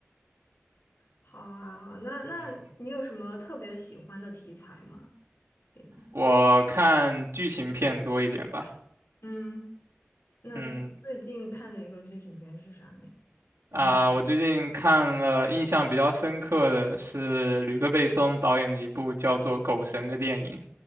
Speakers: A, on the left; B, on the right.
A: 好啊，那那你有什么特别喜欢的题材吗？
B: 嗯，
A: 对
B: 我看剧情片多一点吧。
A: 嗯，那最最近看的一个剧情片是啥呢？
B: 嗯，
A: 能想？
B: 啊，我最近看了印象比较深刻的是吕克·贝松导演的一部叫做《狗神》的电影